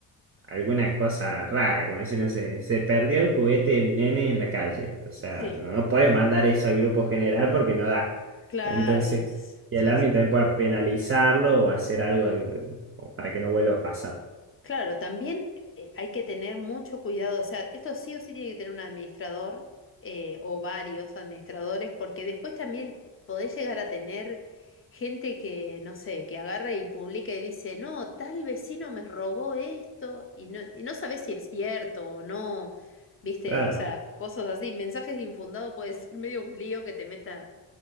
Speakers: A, on the right; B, on the left.
A: alguna cosa rara, como decir, no sé, se perdió el juguete de mi nene en la calle. O sea,
B: Sí,
A: no, no puedes mandar eso al grupo general porque no da.
B: claro,
A: Entonces,
B: y sí,
A: y el admin
B: sí.
A: también
B: sí.
A: puede penalizarlo o hacer algo, al- como para que no vuelva a pasar.
B: Claro, también eh, hay que tener mucho cuidado, o sea, esto sí o sí tiene que tener un administrador eh, o varios administradores, porque después también eh, podés llegar a tener gente que, no sé, que agarra y publica y dice, no, tal vecino me robó esto, y no, y no sabés si es cierto o no, viste,
A: Claro,
B: o sea, cosas así, mensajes infundados puede ser medio un lío que te meta,